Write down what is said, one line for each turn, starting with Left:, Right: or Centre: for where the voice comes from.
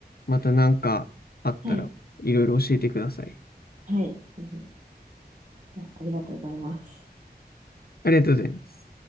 Left: またなんかあったらいろいろ教えてください。
Right: はい。はい。うんじゃあありがとうございます。
Left: ありがとうございます。